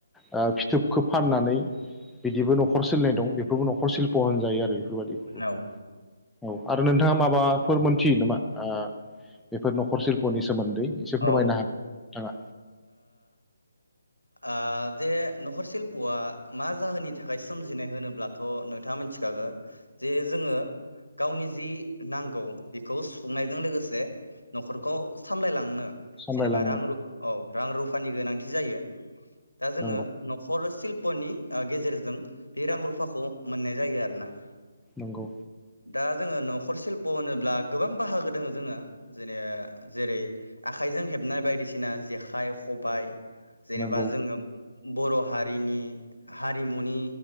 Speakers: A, in the centre; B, on the left.
A: ओ फिथोबखौ फाननानै बिदिबो न'खर सोलिनाय दं बेफोरबो न'खर सिल्प होनजायो आरो बेबायदिखौबो
B: औ
A: औ आरो नों थाङा माबाफोर मोनथियो नामा आ बेफोर न'खर सिल्पनि सोमोन्दै एसे
B: औ
A: फोरमायना
B: ओ
A: हो नोंथाङा
B: आ जे न'खर सिल्पआ मा जाहोननि थाखाय सोमजिनाय होनोब्लाथ' नोंथाङा मोन थिखागो जे जोङो गावनि जि नांगौ बेखौ सुफुंनायजों लोगोसे न'खरखौ सामलायलांनो
A: सामलायलांनो
B: जेनेबा रां रु औ रां रुफानि गोनांथि जायो दा जोङो
A: नांगौ
B: न'खर सिल प नि ओ गेजेरजों बे रां रुफाखौ मोननाय जायो आरोना
A: नोंगौ
B: दा जोङो न'खर सिल्प होनोब्ला गोबां बाहागो दोङो जोङा जेने जेरै आखाइजों हेबनाय बायदिसिना जेखाइ खबाइ जेनेबा
A: नंगौ
B: जोङो बर' हारिनि हारिमुनि